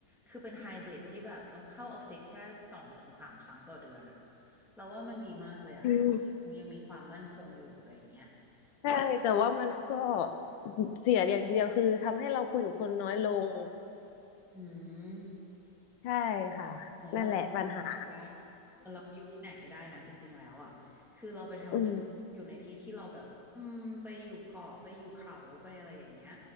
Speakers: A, in the centre; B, on the left.
A: คือเป็นไฮบริดที่แบบต้องเข้าออฟฟิศแค่สองถึงสามครั้งต่อเดือนอะเราว่ามันดีมากเลยอะแล้วก็ยังมีความมั่นคงอยู่อะไรอย่างเงี้ย
B: อืมใช่แต่ว่ามันก็
A: แต่
B: เสียอย่างเดียวคือทำให้เราคุยกับคนน้อยลง
A: อืม
B: ใช่ค่ะนั่นแหละปัญหา
A: เหมือนเราไปได้นะเราไปอยู่ที่ไหนก็ได้นะจริงๆแล้วอะคือเราไปทำงานอยู่ในที่ที่เราแบบอืมไปอยู่เกาะไปอยู่เขาไปอะไรอย่างเงี้ย
B: อืม